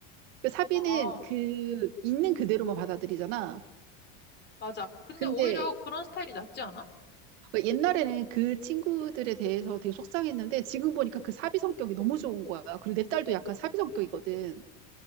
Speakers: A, on the right; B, on the left.
A: 그 사비는
B: 아,
A: 그 있는 그대로만 받아들이잖아.
B: 맞아. 근데
A: 근데
B: 오히려 그런 스타일이 낫지 않아?
A: 옛날에는 그 친구들에 대해서 되게 속상했는데 지금 보니까 그 사비 성격이 너무 좋은 거야. 그리고 내 딸도 약간 사비 성격이거든.